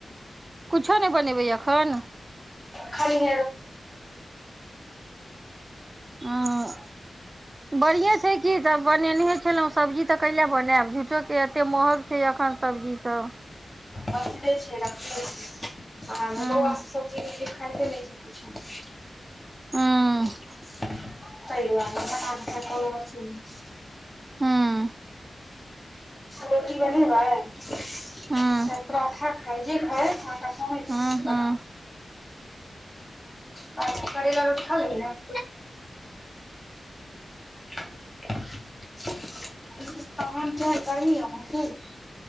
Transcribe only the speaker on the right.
कुछो नहि बनेबै एखन
ओ बढ़िएँ छै की सभ बनेनहे छलहुँ सब्जी तऽ कैले बनायब झूठोके एते महग छै एखन सब्जी सब
हूं
आ
हूं
हूं
हूं हूं